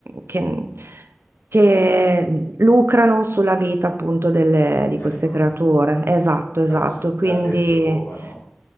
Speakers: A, on the right; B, on the left.
A: che, che lucrano sulla vita appunto delle-
B: gli
A: di
B: animali,
A: queste creature. Esatto, esatto.
B: dal sud,
A: Quindi...
B: dall'est Europa, no?